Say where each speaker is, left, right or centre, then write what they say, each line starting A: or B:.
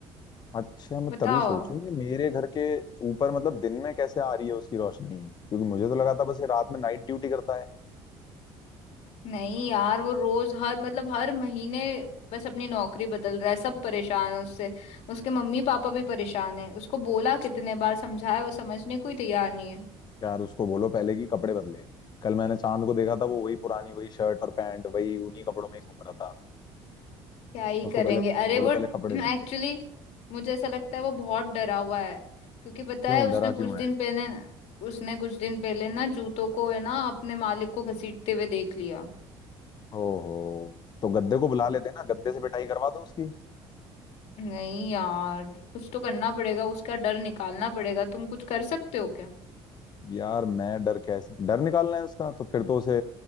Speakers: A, on the left; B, on the left.
A: अच्छा मैं
B: बताओ
A: तभी सोचूं ये मेरे घर के ऊपर मतलब दिन में कैसे आ रही है उसकी रोशनी क्योंकि मुझे तो लगा था बस ये रात में नाइट ड्यूटी करता है
B: नहीं यार वो रोज हर मतलब हर महीने बस अपनी नौकरी बदल रहा है सब परेशान है उससे उसके मम्मी पापा भी परेशान है उसको बोला कितने बार समझाया वो समझने को ही तैयार नहीं है
A: यार उसको बोलो पहले कि कपड़े बदले कल मैंने चांद को देखा था वो वही पुरानी वही शर्ट और पैंट वही उन्हीं कपड़ों में ही घूम रहा था
B: क्या ही करेंगे
A: उसको पहले
B: अरे
A: बोलो
B: वो <clears throat>
A: पहले कपड़े बदले
B: एक्चुअली मुझे ऐसा लगता है वो बहुत डरा हुआ है क्योंकि पता
A: क्यों
B: है उसने
A: डरा
B: कुछ
A: क्यों
B: दिन
A: है
B: पहले उसने कुछ दिन पहले ना जूतों को है ना अपने मालिक को घसीटते हुए देख लिया
A: ओहो तो गद्दे को बुला लेते ना गद्दे से पिटाई करवा दो उसकी
B: नहीं यार कुछ तो करना पड़ेगा उसका डर निकालना पड़ेगा तुम कुछ कर सकते हो क्या
A: यार मैं डर कैसे डर निकालना है उसका तो फिर तो उसे